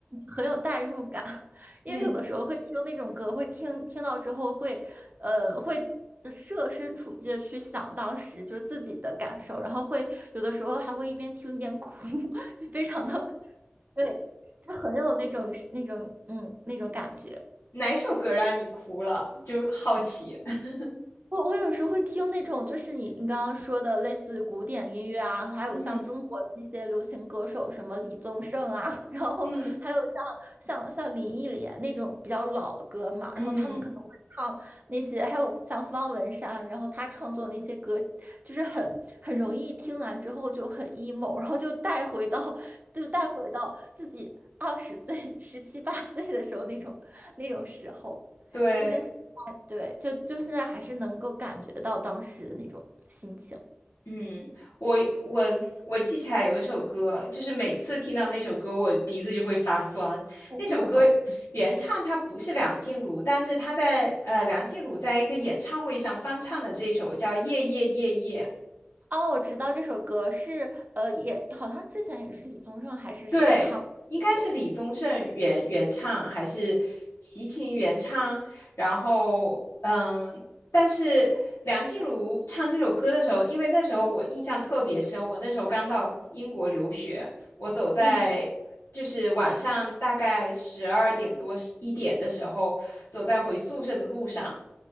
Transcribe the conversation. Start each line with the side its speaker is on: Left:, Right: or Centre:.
Right: 很有代入感。<laughs> 因为有的时候会听那种歌，
Left: 嗯，
Right: 会听听到之后会，呃，会设身处地的去想当时就是自己的感受，然后会有的时候还会一边听一边哭，<laughs> 非常的对，就很有那种那种嗯那种感觉。
Left: 哪首歌让你哭了？就好奇。<laughs>
Right: 我我有时候会听那种，就是你你刚刚说的类似古典音乐啊，还有像中国的那些流行歌手，
Left: 嗯
Right: 什么李宗盛啊，<laughs> 然后还有像像像林忆莲那种比较老的歌嘛，
Left: 嗯嗯，
Right: 然后他们可能会唱那些，还有像方文山，然后他创作那些歌，就是很很容易听完之后就很 emo，然后就带回到就带回到自己二十岁、十七八岁的时候那种那种时候，
Left: 对，
Right: 就跟。对，就就现在还是能够感觉到当时的那种心情。
Left: 嗯，我我我记起来有一首歌，就是每次听到那首歌，我鼻子就会发酸。
Right: 哦是什么？
Left: 那首歌原唱他不是梁静茹，但是他在呃梁静茹在一个演唱会上翻唱的这首叫《夜夜夜夜》。
Right: 哦，我知道这首歌是呃，也好像之前也是李宗盛还是谁唱的歌。
Left: 对，应该是李宗盛原原唱还是齐秦原唱？然后，嗯，但是梁静茹唱这首歌的时候，因为那时候我印象特别深，我那时候刚到英国留学，我走在就是晚上大概十二点多一点的时候，
Right: 嗯，
Left: 走在回宿舍的路上。